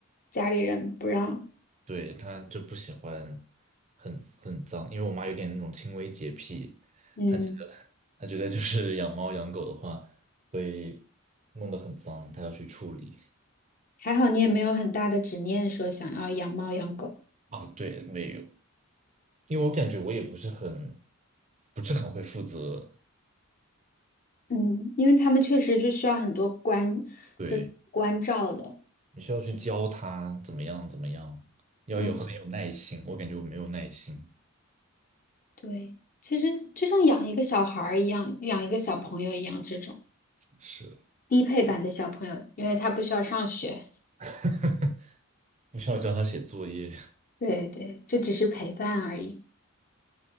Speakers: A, on the left (about 40°); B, on the right (about 30°).
A: 家里人不让。
B: 对，她就不喜欢很很脏，因为我妈有点那种轻微洁癖，
A: 嗯，
B: 她觉得她觉得就是养猫养狗的话会弄得很脏，她要去处理。
A: 还好你也没有很大的执念说想要养猫养狗。
B: 啊，对，没有，因为我感觉我也不是很不是很会负责，
A: 嗯，因为他们确实是需要很多关，
B: 对，
A: 就是关照的。
B: 你需要去教她怎么样怎么样，要有很有耐心，
A: 嗯。
B: 我感觉我没有耐心，
A: 对，其实就像养一个小孩儿一样，养一个小朋友一样，这种
B: 是。
A: 低配版的小朋友，因为他不需要上学。
B: <laughs> 不需要教它写作业。
A: 对对，这只是陪伴而已。